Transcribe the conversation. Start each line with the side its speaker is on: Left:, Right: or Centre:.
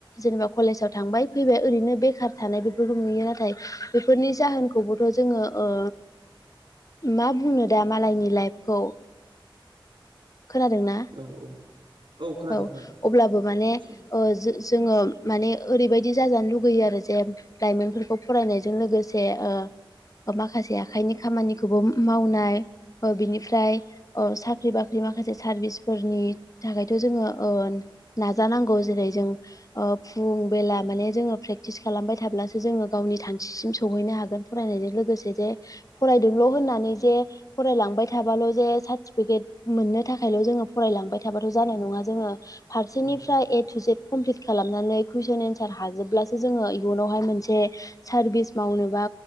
Left: जेनेबा कलेजाव थांबाय फैबाय ओरैनो बेखार थानाय बेफोरखौ नुयो नाथाय बेफोरनि जाहोनखौबोथ' जोङो ओ मा बुंनो दा मालायनि लाइफखौ खोनादोंना
Right: औ औ खोनादों
Left: औ
Right: खोनादों
Left: अब्लाबो माने
Right: एसे
Left: अ जो जो जोङो माने ओरैबायदि जाजानो लुगैयो आरो जे लाइमोनफोर फरायनायजों लोगोसे ओ ओमाखासे आखाइनि खामानिखौबो मावनाय ओ बिनिफ्राय अ साख्रि बा जे माखासे सारभिसफोरनि थाखायथ' जोङो ओन नाजानांगौ जेरै जों ओ फुं बेला माने जोङो प्रेक्टिस खालामबाय थाब्लासो जोङो गावनि थांखिसिम सौहैनो हागोन फरायनायजों लोगोसे जे फरायदोंल' होननानै जे फरायलांबाय थाबाल' जे सार्टिफिकेट मोननो थाखायल' जोङो फरायलांबाय थाबाथ' जानाय नङा जोङो फारसेनिफ्राय
Right: औ औ
Left: ए टु जेद कमप्लिट खालामनानै कुइसन एनसार हाजोबब्लासो जोङो इयुनावहाय मोनसे सारभिस मावनोबा